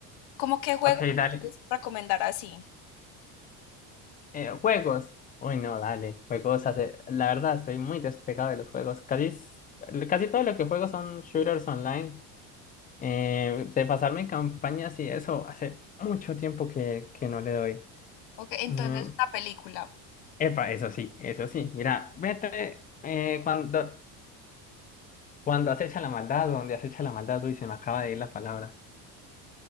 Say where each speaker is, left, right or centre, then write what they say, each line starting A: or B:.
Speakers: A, on the left; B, on the left.
A: ¿Cómo qué juego
B: Ok,
A: entonces
B: dale.
A: recomendar así?
B: Eh, juegos. Uy, no, dale. Juegos hace. La verdad, estoy muy despegado de los juegos. Casi, s- casi todo lo que juego son shooters online. Eh, de pasarme en campañas y eso, hace mucho tiempo que, que no le doy.
A: Ok, entonces
B: Mm,
A: una película.
B: Epa, eso sí, eso sí. Mira, vete eh, cuando. Cuando acecha la maldad, o donde acecha la maldad, uy, se me acaba de ir la palabra.